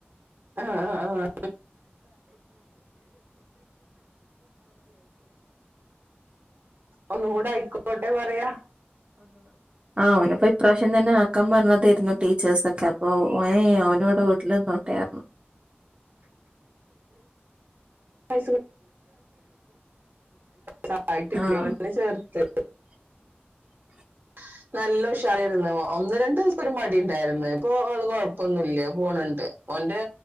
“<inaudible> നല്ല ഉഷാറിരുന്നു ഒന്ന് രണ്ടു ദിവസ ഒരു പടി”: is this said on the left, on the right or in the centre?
Right